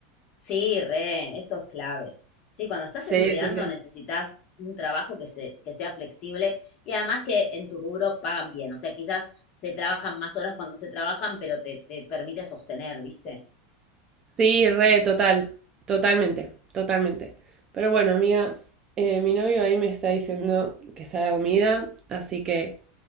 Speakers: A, on the left; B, on the right.
A: Sí, re, eso es clave. Sí, cuando estás
B: Sí,
A: estudiando
B: sí, sí.
A: necesitas un trabajo que se, que sea flexible y además que en tu rubro pagan bien. O sea, quizás se trabajan más horas cuando se trabajan, pero te, te permite sostener, ¿viste?
B: Sí, re, total, totalmente, totalmente. Pero bueno, amiga, eh, mi novio ahí me está diciendo que está la comida, así que